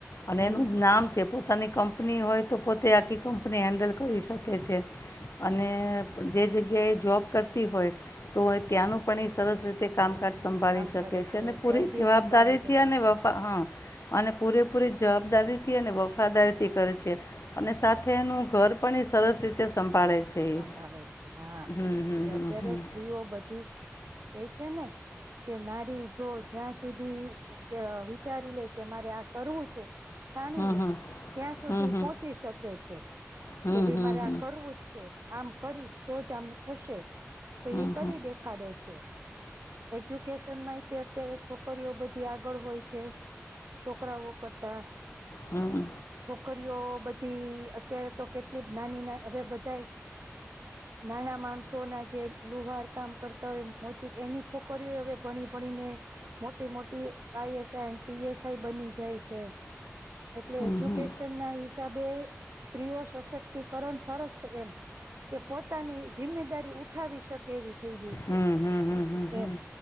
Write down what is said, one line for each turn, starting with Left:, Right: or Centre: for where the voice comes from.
Left: અને
Right: હમ
Left: એનું નામ છે. પોતાની કંપની હોય તો પોતે આખી કંપ. આપણે હેન્ડલ કરી શકે છે. અને જે જગ્યાએ જોબ કરતી હોય તો ત્યાંનું પણ એ સરસ રીતે. તે કામ કર સંભાળી
Right: કામ
Left: શકે
Right: કરે
Left: છે અને પૂરી
Right: ઘર ભી
Left: જવાબદારીથી
Right: સંભાળી શકે
Left: અને વફા
Right: છે
Left: હા અને પૂરેપૂરી. જવાબદારીથી અને વફાદારીથી કરે છે અને સાથે એનું ઘર પણ એ સરસ રીતે. સંભાળે છે
Right: સંભાળે
Left: એ
Right: છે હા
Left: હમ હમ
Right: કે અત્યારે
Left: હમ હમ
Right: સ્ત્રીઓ બધી. કઈ છે ને. કે નારી જો જ્યાં. સુધી કે વિચારી લે કે મારે આ કરવું છે ઠાની
Left: હમ
Right: લેય, ત્યાં સુધી
Left: હમ
Right: ઈ
Left: હમ
Right: પહોચી શકે છે,
Left: હમ
Right: કે ભાઈ મારે આ કરવું જ છે, આમ કરીશ તો જ આમ થશે. તો
Left: હમ હમ
Right: ઈ કરી દેખાડે છે. એજ્યુકેશન માં એય તે અત્યારે છોકરીઓ બધી આગળ હોય છે, છોકરાઓ કરતા.
Left: હમ્મ.
Right: કર્યો બધી અત્યારે તો કેટલી નાની ના હવે બધા નાના માણસો ના જે લુહાર કામ કરતા હોય મોચીક ઘેની છોકરીઓ હવે ભણી ભણીને મોટી મોટી I S I P S I બની જાય છે. એટલે
Left: હમ હમ હમ
Right: એજ્યુકેશન ના હિસાબે સ્ત્રીઓ સશક્તિકરણ સરસ એમ. કે પોતાની જિમ્મેદારી ઉઠ ઉઠાવી શકે એવી. થઈ ગઈ
Left: હમ્મ
Right: છે
Left: હમ્મ હમ્મ હમ્મ
Right: એમ
Left: હમ્મ.